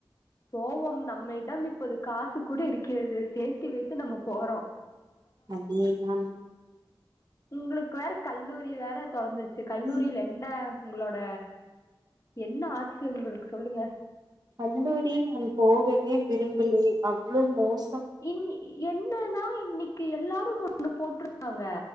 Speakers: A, on the left (about 35°); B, on the right (about 50°).
A: போவோம் நம்ம இடம் இப்போது காசு கூட இருக்கிறது சேர்த்து வைத்துு நம்ம போறோம்
B: அது ஏதான்
A: உங்களுக்கு வேற கல்லூரி வேற தொடர்ந்துருச்சு கல்லூரியில
B: ம்.
A: என்ன உங்களோட என்ன ஆச்சு உங்களுக்கு சொல்லுங்க
B: கல்லூரி நான் போகவே விரும்பலே அவ்ளவு மோச
A: இ என்னன்னா இன்னைக்கு எல்லாரும் போட்ருக்காங்க